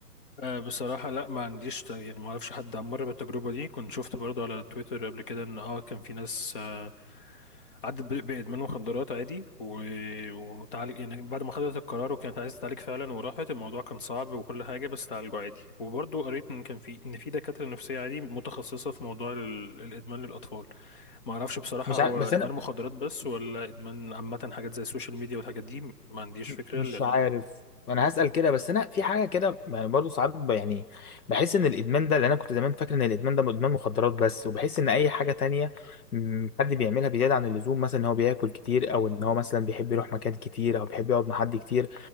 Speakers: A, on the left; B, on the left.
A: آه، بصراحة لا ما عنديش ت- يعني ما اعرفش حد مر بالتجربة دي كنت شفت برضو على تويتر قبل كده ان اه كان في ناس آه، عدت ب- بإدمان مخدرات عادي و... وتعالج يعني بعد ما خدت القرار وكانت عايزة تتعالج فعلا وراحت الموضوع كان صعب وكل حاجة بس تعالجوا عادي وبرضو قريت ان كان في ان في دكاترة نفسية عادي متخصصة في موضوع ال... الإدمان للأطفال ما اعرفش بصراحة
B: مش
A: هو
B: عارف بس
A: ادمان
B: انا
A: مخدرات بس ولا ادمان عامة حاجات زي السوشيال ميديا والحاجات دي ما عنديش
B: م-
A: فكرة
B: مش
A: لان
B: عارف
A: انا
B: انا هسأل كده بس انا في حاجة كده يعني برضه ساعات ب- يعني بحس ان الادمان ده لان انا كنت زمان فاكر ان الادمان ده ادمان مخدرات بس وبحس ان اي حاجة تانية م، حد بيعملها بزيادة عن اللزوم مثلا ان هو بياكل كتير او ان هو مثلا بيحب يروح مكان كتير او بيحب يقعد مع حد كتير